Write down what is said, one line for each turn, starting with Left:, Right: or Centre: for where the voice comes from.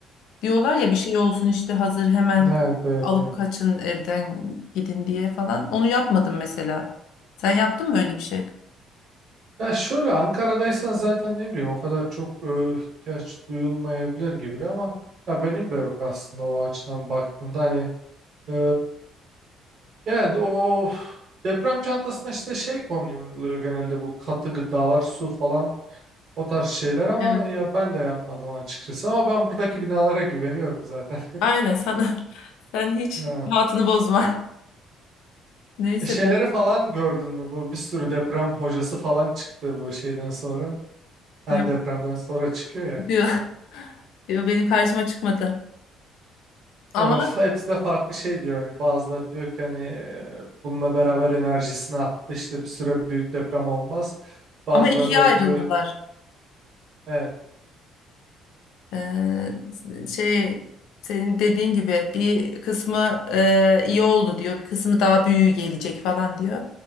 Left: Diyorlar ya bir şey olsun işte hazır hemen
Right: Evet evet
Left: alıp
Right: evet.
Left: kaçın evden gidin diye falan. Onu yapmadım mesela. Sen yaptın mı öyle bir şey?
Right: Ya şöyle Ankara'daysan zaten ne bileyim o kadar çok e, ihtiyaç duyulmayabilir gibi ama ya benim de yok aslında o açıdan baktığında hani e, yani o deprem çantasına işte şey konuluyor genelde bu katı gıdalar su falan o tarz şeyler ama
Left: Evet.
Right: ya ben de yapmadım açıkçası ama ben buradaki binalara güveniyorum zaten.
Left: Aynen sana <laughs> sen hiç
Right: <laughs>
Left: Rahatını bozma. <laughs> Neyse
Right: E, Şeyleri
Left: ben.
Right: falan gördün mü? Bu bir sürü deprem hocası falan çıktı bu şeyden sonra. Her
Left: Yok.
Right: depremden sonra çıkıyor ya.
Left: diyor. <laughs> Diyor benim karşıma çıkmadı. Ama
Right: Ya böyle fa- hepsi de farklı şey diyor hani bazıları diyor ki hani e, bununla beraber enerjisini attı işte bir süre büyük deprem olmaz. Bazıları
Left: ama ikiye
Right: da
Left: ayrıldılar.
Right: diyor evet
Left: Ee, şey senin dediğin gibi bir kısmı e, iyi oldu diyor. Bir kısmı daha büyüğü gelecek falan diyor.